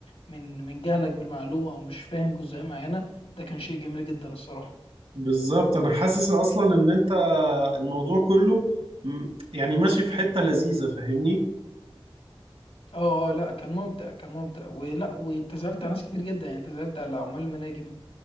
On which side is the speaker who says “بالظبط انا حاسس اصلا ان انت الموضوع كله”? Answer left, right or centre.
Right